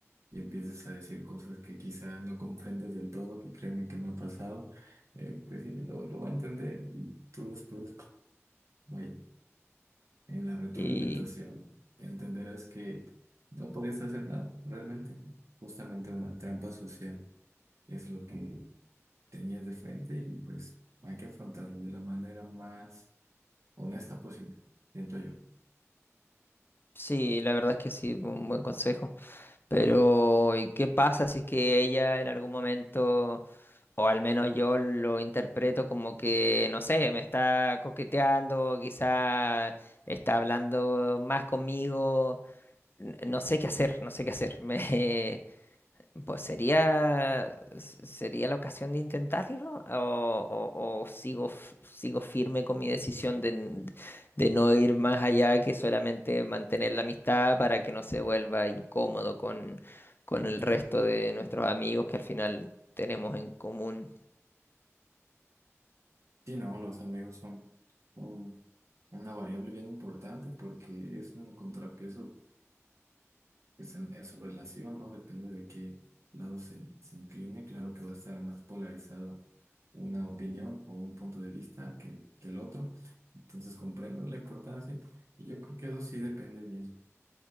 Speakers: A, on the right; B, on the left.
A: empiezas a decir cosas que quizá no comprendas del todo, que créeme que me ha pasado, eh, pues sí, lo, lo va a entender y tú después, vaya, en la retroalimentación
B: Y
A: entenderás que no podías hacer nada, realmente, justamente una trampa social es lo que tenías de frente y pues hay que afrontarlo de la manera más honesta posible, siento yo.
B: sí, la verdad es que sí, un buen consejo. Pero, ¿y qué pasa si es que ella en algún momento, o al menos yo lo interpreto como que, no sé, me está coqueteando, quizá está hablando más conmigo? N- No sé qué hacer, no sé qué hacer. <laughs> Me, Pues sería, sería la ocasión de intentarlo o, o- o sigo, f- sigo firme con mi decisión de, n- de no ir más allá que solamente mantener la amistad para que no se vuelva incómodo con, con el resto de nuestros amigos que al final tenemos en común.
A: Sí, no, los amigos son un- una variable bien importante porque es un contrapeso pues en, en su relación, ¿no? Depende de qué lado se, se incline. Claro que va a estar más polarizado una opinión o un punto de vista que, que el otro. Entonces comprendo la importancia y yo creo que eso sí depende bien.